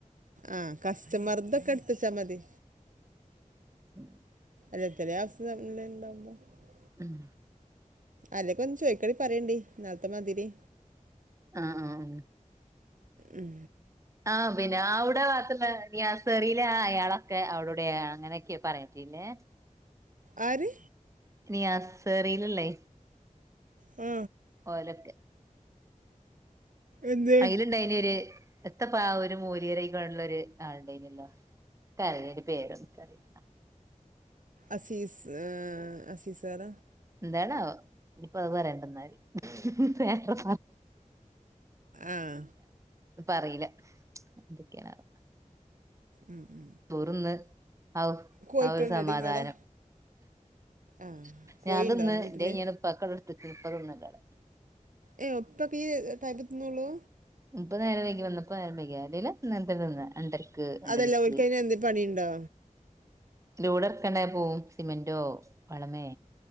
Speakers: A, on the right (about 75°); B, on the right (about 20°).
A: ആഹ് കസ്റ്റമർതൊക്കെ എടുത്തച്ചാ മതി
B: ഉം
A: <unintelligible>
B: ഉം
A: ആരേക്കൊന്ന് ചോയ്ക്കാണെ പറയേണ്ടി ഇന്നാൾത്ത മാതിരി
B: ആ ആ ആ
A: ഉം
B: ആഹ് പിന്നെ അവ്ടെ ഭാഗത്ത്ള്ള നിയാസ് സെറീലെ അയാളാ എ അവിടെവിട്യാ അങ്ങനെക്കെ പറയാ പിന്നെ
A: ആര്
B: നിയാസെറീല്ള്ളേ
A: ആ
B: ഓലൊക്കെ
A: എന്ത്
B: അയ്ലിണ്ടായ്നൊരു എത്തപ്പ ആ ഒരു മോല്യേര് വ്ടള്ളൊര് ആള്ണ്ടേന്യല്ലോ എന്ക്കറീല അയിന്റെ പേരൊന്നും എന്ക്കറീല
A: അസീസ് ഏ അസീസ് സാറ
B: ന്താണാവോ ഇനിപ്പ അത് പറയാണ്ട വേറെന്താണാവോ
A: ആ
B: അറിയേല എന്തൊക്കെണാവോ
A: ഉം ഉം
B: തീറ്ന്ന് ഔ
A: കോഴിക്കളുണ്ടടി
B: ആ ഒരു സമാധാനം
A: ഇങ്ങളടെ ആ കോഴിണ്ടോ
B: ഞാൻ തിന്ന്
A: വീട്ടില്
B: ഇന്റെഴിഞ്ഞീണ് ഇപ്പാക്കവ്ടെ ഇട്ത്തെക്കാണ് ഇപ്പ തിന്ന്ണ്ടവ്ടെ
A: ഏ ഉപ്പൊക്ക ഈ ടൈമ് തിന്നൊള്ളൂ
B: ഇപ്പ നേരം വൈകി വന്നപ്പം നേരം വൈകിയതാ അല്ലേല് ഇന്നേരം തന്നെ രണ്ടരക്ക് രണ്ടണിക്ക്
A: അതല്ല ഓൽക്ക് അതിന് എന്ത് പണിയുണ്ടോ
B: ലോഡെറക്കാണ്ടായ പോവും സിമെന്റോ വളമേ